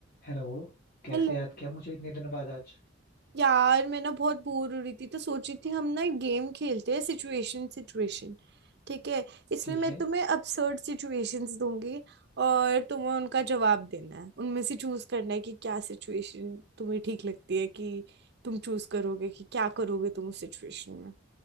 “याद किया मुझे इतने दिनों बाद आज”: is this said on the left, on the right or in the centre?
Left